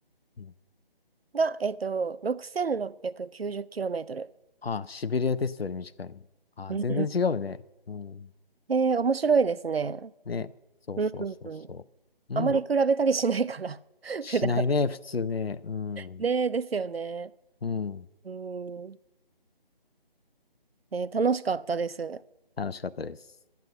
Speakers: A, on the left; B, on the right.
A: うん
B: が、えっと、6690キロメートル。
A: あ、シベリアテストより短い。あ、
B: うん。
A: 全然違うね。うん。
B: えー、面白いですね。
A: ね。そうそうそうそう。
B: うん、うん。あまり比べたりしないから
A: うん。
B: <laughs>
A: しないね、
B: 普段。
A: 普通ね。うん。
B: ねえ、ですよね。
A: うん。
B: うん。ね楽しかったです。
A: 楽しかったです。